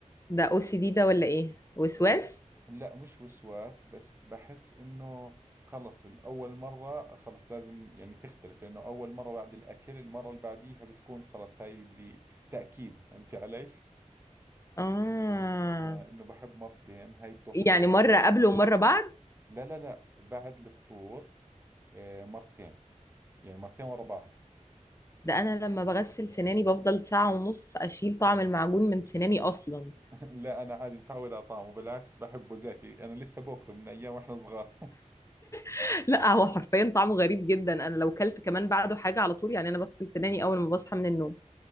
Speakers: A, on the left (about 25°); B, on the right (about 20°).
A: ده او سي دي ده ولا ايه وسواس
B: أه، لا مش وسواس بس بحس إنه خلص الأول مرة خلص لازم يعني تختلف لأنه أول مرة بعد الأكل المرة اللي بعديها بتكون خلص هاي اللي تأكيد فهمتي علي؟ <laughs>
A: اه
B: آه، إنه بحب مرتين هاي بتاخذ برضه
A: يعني مره قبل ومره بعد
B: لا لا لا بعد الفطور آه، مرتين يعني مرتين ورا بعض
A: ده انا لما بغسل سناني بفضل ساعة ونص اشيل طعم المعجون من سناني اصلا
B: لا انا عادي متعود على طعمه بالعكس بحبه زاكي انا لسه باكله من ايام واحنا صغار
A: <laughs> لا هو حرفيا طعمه غريب جدا انا لو كلت كمان بعده حاجة على طول يعني انا بغسل سناني اول ما بصحى من النوم